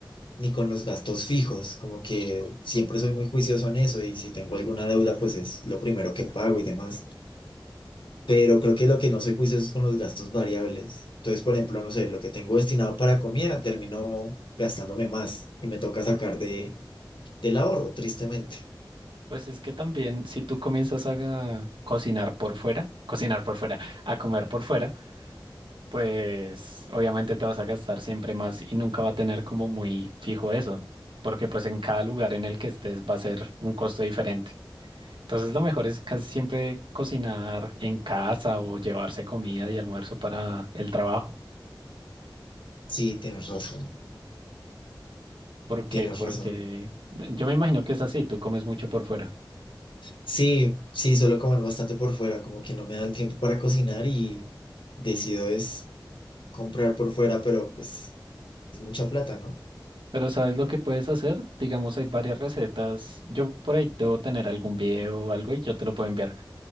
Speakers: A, on the left (about 80°); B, on the right (about 80°).
A: ni con los gastos fijos, como que siempre soy muy juicioso en eso y si tengo alguna deuda, pues es lo primero que pago y demás. pero creo que lo que no soy juicioso es con los gastos variables. Entonces, por ejemplo, no sé, lo que tengo destinado para comida, termino gastándome más y me toca sacar de, del ahorro, tristemente.
B: Pues es que también si tú comienzas a ga- cocinar por fuera, cocinar por fuera, a comer por fuera, pues obviamente te vas a gastar siempre más y nunca va a tener como muy fijo eso, porque pues en cada lugar en el que estés va a ser un costo diferente. Entonces lo mejor es casi siempre cocinar en casa o llevarse comida y almuerzo para el trabajo.
A: Sí, tienes razón,
B: ¿Por qué?
A: tienes
B: Porque
A: razón.
B: yo me imagino que es así, tú comes mucho por fuera.
A: Sí, sí, suelo comer bastante por fuera, como que no me da el tiempo para cocinar y decido es comprar por fuera, pero pues es mucha plata, ¿no?
B: Pero ¿sabes lo que puedes hacer? Digamos, hay varias recetas. Yo por ahí debo tener algún video o algo y yo te lo puedo enviar